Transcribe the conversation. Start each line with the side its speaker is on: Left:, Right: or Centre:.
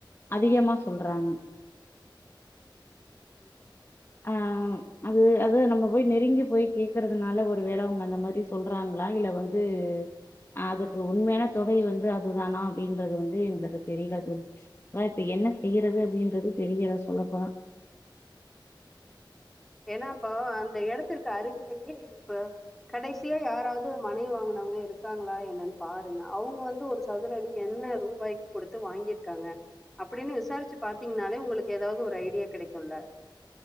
Left: அதிகமா சொல்றாங்க
Centre: ம்
Left: ஆஹ் அது அதது நம்ம போய் நெருங்கி போய் கேகறதுனால ஒரு வேளை அவங்க அந்த மாரி சொல்றாங்களா இல்ல வந்து அதுக்கு உண்மையான தொகை வந்து அதுதானா அப்டின்றது வந்து எங்களுக்கு தெரியல தோழி அ இப்ப என்ன செய்யறது அப்டின்றது தெரியல சொல்ல போனா
Centre: ஏனாப்போ அந்த இடத்த இருக்கு அருகிலேயே இப்ப கடைசியா யாராவது மனை வாங்கனவங்க இருக்காங்களா என்னன்னு பாருங்க அவுங்க வந்து ஒரு சதுரடி என்ன ரூபாய்க்கு கொடுத்து வாங்கிருக்காங்க அப்டின்னு விசாரிச்சு பாத்தீங்கன்னாலே உங்களுக்கு ஏதாவது ஒரு ஐடியா கிடைக்கும்ல